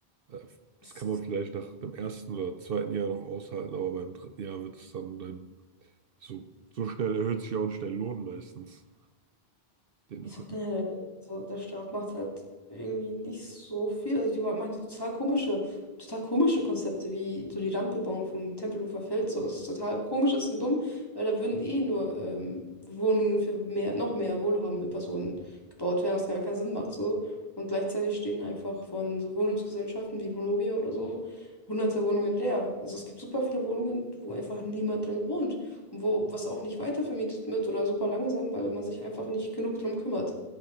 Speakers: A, on the right; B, on the left.
A: äh, das
B: Es
A: kann man vielleicht nach dem ersten oder zweiten Jahr noch aushalten, aber beim dritten Jahr wird es dann, dann so, so schnell erhöht sich ja auch nicht dein Lohn meistens, den
B: Ist
A: du verdienst.
B: auch generell, also der Staat macht halt irgendwie nicht so viel. Also die ma- machen so total komische, total komische Konzepte, wie so die Randbebauung vom Tempelhofer Feld, sowas total komisch ist und dumm, weil da würden eh nur ähm, Wohnungen für mehr, noch mehr wohlhabende Personen gebaut werden, was gar keinen Sinn macht so. Und gleichzeitig stehen einfach von so Wohnungsgesellschaften wie Vonovia oder so hunderte Wohnungen leer. Also es gibt super viele Wohnungen, wo einfach niemand drin wohnt wo was auch nicht weiter vermietet wird oder super langsam, weil man sich einfach nicht genug drum kümmert.